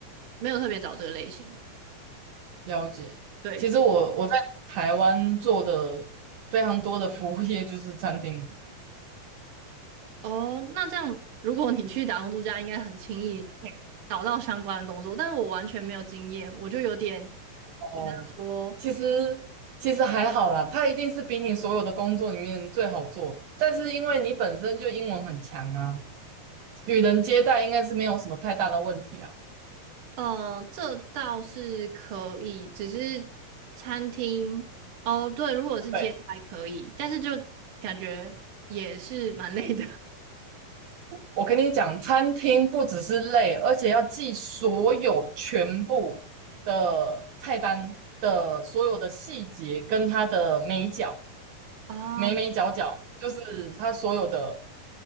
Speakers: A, on the right; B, on the right.
A: 没有特别找这个类型的。
B: 了解。
A: 对，
B: 其实我我在台湾做的非常多的服务业就是餐厅
A: 哦，那这样如果你去打工度假，应该很轻易可以找到相关的工作，但是我完全没有经验，我就有点
B: 哦，
A: 觉得说。
B: 其实其实还好啦，它一定是比你所有的工作里面最好做，但是因为你本身就英文很强啊，与人接待应该是没有什么太大的问题啊。
A: 呃，这倒是可以，只是餐厅哦，对，如果是接待可以，
B: 对，
A: 但是就感觉也是蛮累的
B: 我跟你讲，餐厅不只是累，而且要记所有全部的菜单的所有的细节跟它的美角。
A: <laughs> 啊。
B: 眉眉角角，就是它所有的，